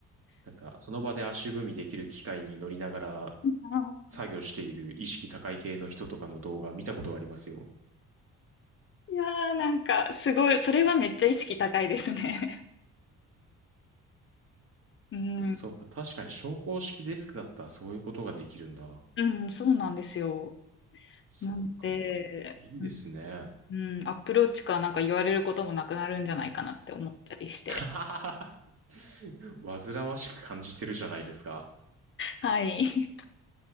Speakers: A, on the right; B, on the left.
A: なんかその場で足踏みできる機械に乗りながら
B: あ
A: 作業している意識高い系の人とかの動画見たことはありますよ。
B: ーいやー、なんか、すごい、それはめっちゃ意識高いですね。<laughs> うん、
A: でもそうか、確かに昇降式デスクだったらそういうことができるんだ。
B: うん、そうなんですよ。
A: そっか、
B: なんで、
A: いいですね。
B: うん、うんアプローチかなんか言われることもなくなるんじゃないかなって思ったりして。
A: <laughs> 煩わしく感じてるじゃないですか。
B: はい。